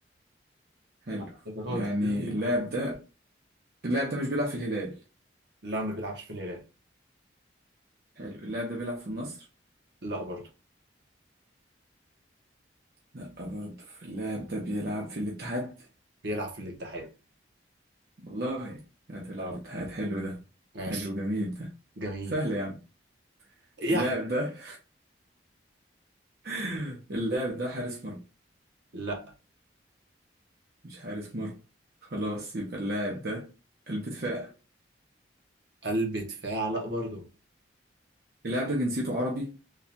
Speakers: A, on the right; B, on the right.
A: حلو
B: أعتقد هتقعد
A: يعني
B: في الهلال؟ من
A: اللاعب
B: هنا.
A: ده اللاعب ده مش بيلعب في الهلال
B: لا ما بيلعبش في الهلال
A: حلو اللاعب ده بيلعب في النصر
B: لا برضه
A: لا برضه اللاعب ده بيلعب في الاتحاد
B: بيلعب في الاتحاد
A: والله اللاعب ده بيلعب
B: اه
A: في الاتحاد حلو ده
B: ماشي
A: حلو جميل ده
B: جميل
A: سهل يا عم
B: يعني
A: اللاعب ده <laughs> اللاعب ده حارس مرمى
B: لا
A: مش حارس مرمى خلاص يبقى اللاعب ده قلب دفاع
B: قلب دفاع لا برضه
A: اللاعب ده جنسيته عربي